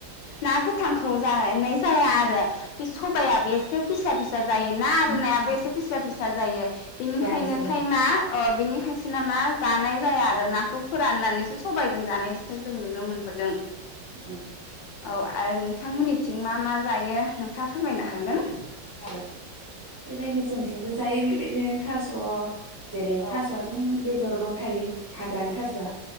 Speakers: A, on the left; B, on the right.
A: ना गोथांखौ जा नाय जाया आरो बे सबाइयाबो एसे फिस्ला फिस्ला जायोना आरो
B: नंगौ
A: नायाबो एसे फिस्ला फिस्ला जा जायो बेनिखायनो
B: जायो
A: टाइमा
B: र'
A: अ बिनिखायसो नामा जानाय जाया आरो नाखौ फोराननानैसो सबायजों जानायखौ जों नुनो मोनबोदों
B: <unintelligible>
A: औ आरो नोंथांमोननि थिं मा मा जायो नोंथाङा फोरमायनो हागोन
B: जागोन बेबायदिनो जोंथिंबो जायो बेबायदिनो थास' जेरै
A: औ
B: थास'वाथ' नों बेदरबो थायो हाग्रानि थास'आ